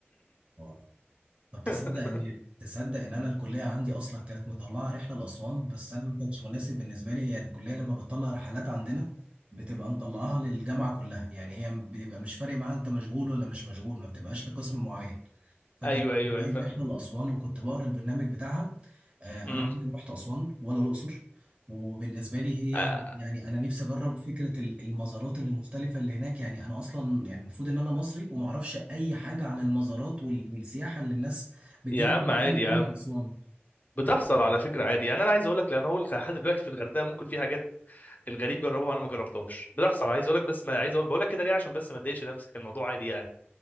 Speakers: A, on the right (about 30°); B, on the left (about 40°).
A: اه طب تصدق
B: <laughs>
A: ان
B: <coughs>
A: تصدق ان انا الكليه عندي اصلا كانت مطلعه رحله لاسوان بس انا ما كانش مناسب بالنسبه لي هي الكليه لما بتطلع رحلات عندنا بتبقى مطلعاها للجامعه كلها يعني هي بيبقى مش فارق معاها انت مشغول ولا مش مشغول ما بتبقاش لقسم معين فكان
B: ايوه ايوه
A: عايز
B: أيوة، فاهم
A: رحله لاسوان وكنت بقرا البرنامج بتاعها آه،
B: امم
A: انا عمري ما رحت اسوان ولا الاقصر وبالنسبه لي هي
B: آه،
A: يعني انا نفسي اجرب فكره ال- المزارات اللي مختلفه اللي هناك يعني انا اصلا يعني المفروض ان انا مصري وما اعرفش اي حاجه عن المزارات وال- والسياحه اللي الناس بتجي
B: يا
A: لها
B: عم
A: من
B: عادي
A: العالم كله
B: يا عم
A: في اسوان
B: بتحصل على فكره عادي يعني انا عايز اقول لك لان هو لحد دلوقتي في الغردقه ممكن في حاجات الغريب جربها انا ما جربتهاش بتحصل عايز اقول لك بس ما عايز اقول بقول لك كده ليه عشان بس ما تضايقش نفسك الموضوع عادي يعني